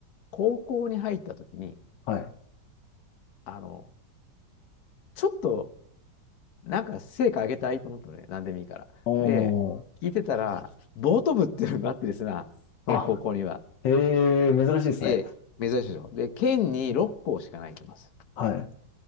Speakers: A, on the left; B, on the left.
A: 高校に入った時に、
B: はい。
A: あの、ちょっと、なんか成果上げたいと思ったのね、何でもいいから。
B: おー。
A: で、聞いてたら、ボート部っていうのがあってですな、その高校には。
B: あ、ええ、珍しいですね。
A: で、珍しいでしょ。で、県に6校しかないと思います。
B: はい。